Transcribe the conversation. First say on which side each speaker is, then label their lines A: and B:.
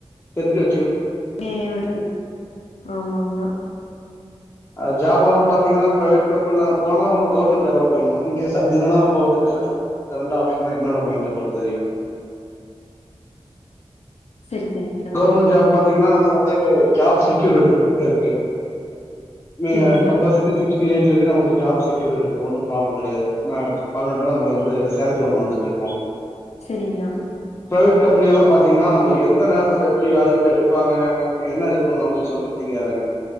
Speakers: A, on the left; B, on the left.
A: தெரி்லயா
B: ஏ இவருக்கு ஆமாங்கண்ணா
A: அ ஜாப் எல்லா பாத்தீங்கன்னா பிரைவேட் கம்பெனில போனோ ஒன்னு கவர்மெண்ட் ஜாபா போயிடணோ இன்கேஸ் அப்டி இல்லன்னா நம்ம வந்துட்டு சர்ச் பண்ணோ இந்த ரெண்டு ஆப்ஷன் தா என்னோட மைண்ட பொறுத்த வெரியோ
B: சரி, சரிங்கண்ணா.
A: கவர்மெண்ட் ஜாப் பாத்தீங்கன்னா நம்ப வந்து ஜாப் செக்யூரிட்டியிருக்கு நீங்க
B: சரிங்கண்ணா,
A: கம்பல்செரி ஏஜ் வந்து நமக்கு ஜாப் செக்யூர்யிருக்கு ஒன்னோ ப்ராப்ளம் கெடையாது னா பதினெட்டான நமக்கு வந்து சேலரி ஒண்ணு வந்துட்டுயிருக்கோ
B: செரிங்கண்ணா
A: பிரைவேட் கம்பெனி எல்லா பாத்தீங்கன்னா நம்ப எந்த நேரத் துல எப்டி வேலட்டு எடுப்பாங்க என்ன இது பண்ணுவாங்கன்னு சொல்லிட்டு தெரியாதுங்க